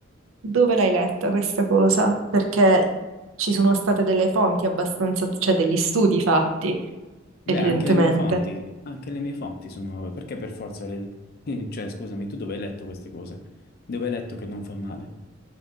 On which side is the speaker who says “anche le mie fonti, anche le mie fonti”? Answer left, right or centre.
Left